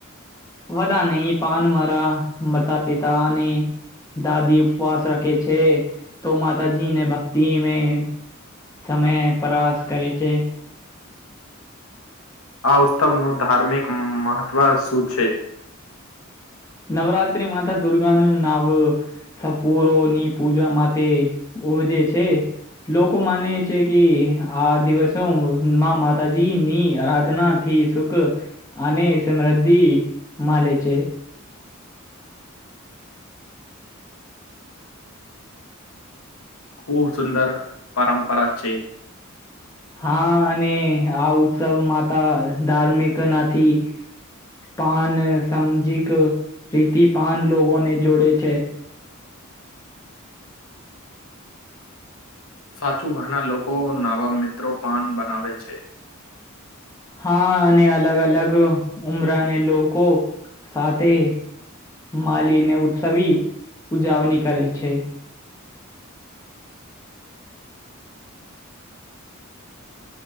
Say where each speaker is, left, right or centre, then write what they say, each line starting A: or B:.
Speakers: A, on the left (about 15°); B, on the left (about 80°).
A: બધા નહીં, પાન મારા માતા પિતા અને દાદી ઉપવાસ રખે છે, તો માતાજીને ભક્તિ મેં સમય પરાસ કરે છે.
B: આ ઉત્સવનું ધાર્મિક મહત્વ શું છે?
A: નવરાત્રી માતા દુર્ગાનું નાવ સપૂરો ની પૂજા માટે ઉજે છે. લોકો માને છે કે ઈ આ દિવસોમાં માતાજીની આરાધના થી સુખ અને સમૃદ્ધિ મલે છે.
B: ખૂબ સુંદર પરંપરા છે.
A: હા અને આ ઉત્સવ માતા ધાર્મિક નથી. પન સામજિક રીતિ પન લોકોને જોડે છે.
B: સાચું. ઘણા લોકો નવા મિત્રો પણ બનાવે છે.
A: હા. અને અલગ-અલગ ઉમરાને લોકો સાથે મલી ને ઉત્સવી ઉજવણી કરે છે.